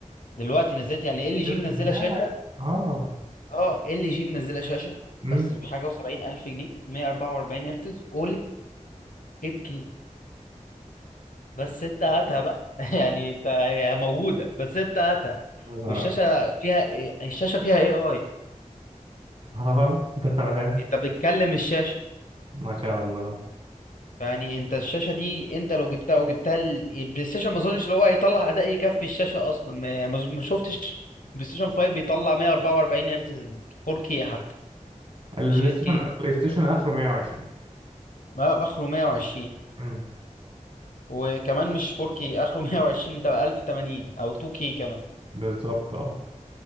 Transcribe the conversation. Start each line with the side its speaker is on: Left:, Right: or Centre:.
Left: دلوقتي نزلت يعني ال جي
Right: شلت
Left: منزله
Right: هناك
Left: شاشه
Right: أه
Left: اه ال جي منزله شاشه
Right: أمم
Left: بس بحاجه و70 الف جنيه 144 هرتز اولد 8 كي بس انت هاتها بقى <laughs> يعني انت هي موجوده بس انت هاتها
Right: يا نهار
Left: والشاشه
Right: أبيض.
Left: فيها إيه؟ الشاشه فيها اي اي
Right: أه <laughs> تمام
Left: انت بتكلم الشاشه
Right: ما شاء الله
Left: فيعني انت الشاشه دي انت لو جبتها او جبتها ال- البلاي ستيشن ما اظنش اللي هو هيطلع اداء يكفي الشاشه اصلا ما, ما ما شفتش بلاي ستيشن 5 بيطلع 144 هرتز 4K حتى
Right: البلاي
Left: مش 8K
Right: ستيشن البلاي ستيشن آخره 120
Left: ما اخره 120
Right: أمم
Left: وكمان مش 4K اخره 120 تبقى 1080 او 2K كمان
Right: بالظبط أه